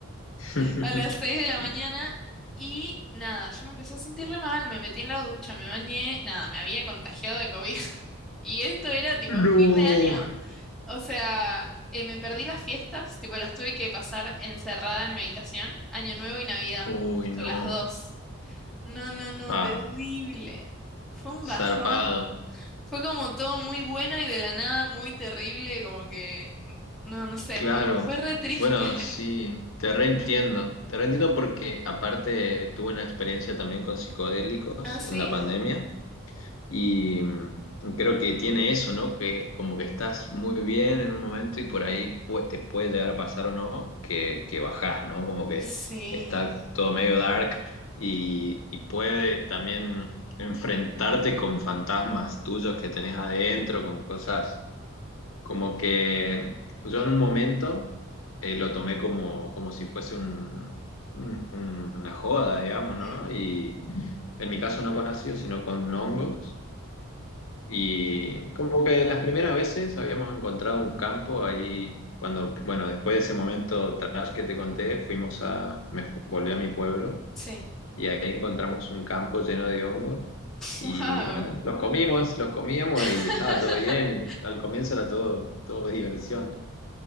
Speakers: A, on the left; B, in the centre.
A: <laughs>
B: a las 6 de la mañana y nada, yo me empecé a sentir re mal, me metí en la ducha, me bañé, nada, me había contagiado de COVID. <laughs> Y esto era tipo
A: No.
B: fin de año. O sea, eh, me perdí las fiestas, tipo las tuve que pasar encerrada en mi habitación, Año Nuevo y Navidad,
A: Uy,
B: justo
A: no.
B: las dos. No, no, no,
A: Ah,
B: terrible. Fue un bajón.
A: zarpado.
B: Fue como todo muy bueno y de la nada muy terrible, como que, no, no sé,
A: Claro.
B: fue, fue re triste.
A: Bueno,
B: <laughs>
A: sí, te reentiendo. Te reentiendo porque aparte tuve una experiencia también con psicodélicos
B: ¿Ah, sí?
A: en la pandemia Y mm, creo que tiene eso, ¿no? Que como que estás muy bien en un momento y por ahí pu- te puede llegar a pasar o no que, que bajás, ¿no? Como que
B: Sí.
A: está todo medio dark y, y puede también enfrentarte con fantasmas tuyos que tenés adentro, con cosas como que yo en un momento eh, lo tomé como, como si fuese un- un- una joda, digamos, ¿no?
B: Mm.
A: Y en mi caso no con ácido, sino con hongos. Y como que las primeras veces habíamos encontrado un campo ahí, cuando, bueno, después de ese momento trash que te conté, fuimos a, me fu- volví a mi pueblo
B: Sí.
A: y ahí encontramos un campo lleno de hongos y
B: Wow.
A: bueno, los comimos, los comíamos
B: <laughs>
A: y estaba todo bien. Al comienzo era todo, todo diversión,